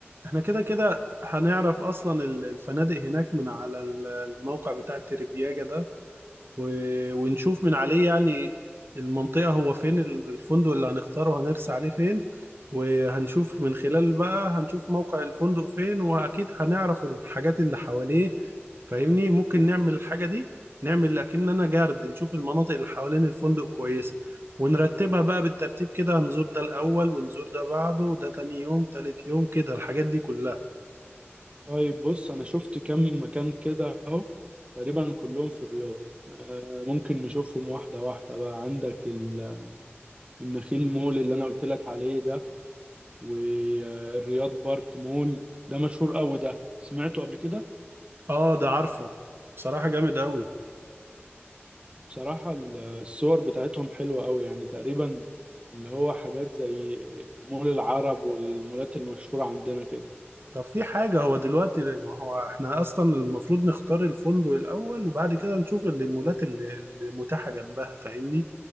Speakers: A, on the right (about 60°); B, on the right (about 25°).
A: احنا كده كده هنعرف اصلا ال- الفنادق هناك من على ال- الموقع بتاع تريفياجا ده و- ونشوف من عليه يعني المنطقة هو فين ال- الفندق اللي هنختاره هنرسى عليه فين وهنشوف من خلال بقى هنشوف موقع الفندق فين وأكيد هنعرف الحاجات اللي حواليه فاهمني ممكن نعمل الحاجة دي نعمل أكننا جارد نشوف المناطق اللي حوالين الفندق كويسة ونرتبها بقى بالترتيب كده هنزور ده الأول ونزور ده بعده ده تاني يوم تالت يوم كده الحاجات دي كلها
B: طيب بص انا شفت كم مكان كده اهو تقريبا كلهم في الرياض آه، ممكن نشوفهم واحده واحده بقى عندك ال- النخيل مول اللي انا قلت لك عليه ده والرياض بارك مول ده مشهور قوي ده سمعته قبل كده
A: اه ده عارفه بصراحة جامد أوي
B: بصراحه ال- الصور بتاعتهم حلوه قوي يعني تقريبا اللي هو حاجات زي مول العرب والمولات المشهوره عندنا كده
A: طب في حاجة هو دلوقتي ما هو احنا اصلا المفروض نختار الفندق الاول وبعد كده نشوف المولات اللي, اللي متاحة جنبها فاهمني